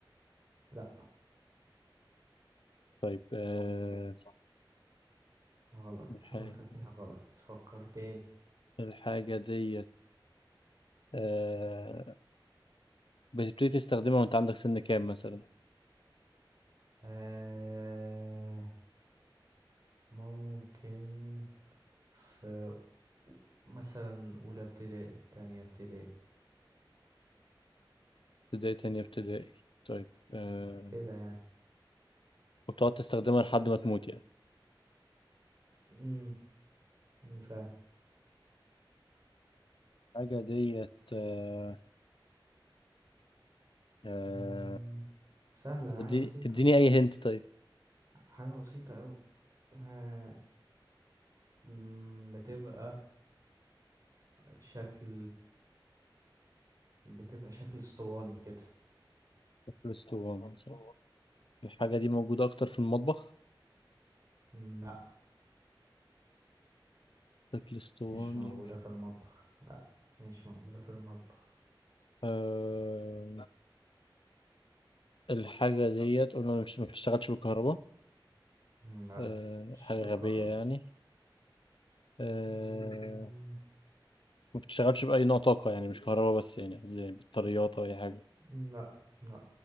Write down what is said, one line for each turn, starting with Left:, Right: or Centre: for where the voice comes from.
Right: لا
Left: طيب آه،
Right: غلط
Left: الحاجة
Right: مفاتيح غلط فكر تاني
Left: الحاجة ديت آه، بتبتدي تستخدمها وأنت عندك سن كام مثلا
Right: آه ممكن في مثلا أولى ابتدائي تانية ابتدائي
Left: ابتدائي تانية ابتدائي طيب آه،
Right: كده يعني
Left: وبتقعد تستخدمها لحد ما تموت يعني
Right: امم فاهم
Left: حاجة ديت آه، آه،
Right: مم، سهلة
Left: طب
Right: حاجة
Left: اديني
Right: بسيطة
Left: اديني أي هنت طيب
Right: حاجة بسيطة أوي آه مم، بتبقى شكل بتبقى شكل اسطواني كده
Left: فلفل اسطواني صح؟ الحاجة دي موجودة أكتر في المطبخ
Right: مم، لا
Left: فلفل اسطواني
Right: مش موجودة
Left: مش-
Right: في المطبخ لا مش موجودة في المطبخ
Left: آه، الحاجة ديت قلنا مش ما بتشتغلش بالكهرباء
Right: مم، لا
Left: آه،
Right: مش
Left: حاجة
Right: بالكهرباء
Left: غبية يعني آه،
Right: مم،
Left: ما بتشتغلش بأي نوع طاقة يعني مش كهرباء بس يعني قصدي يعني بطاريات أو أي حاجة
Right: لا لا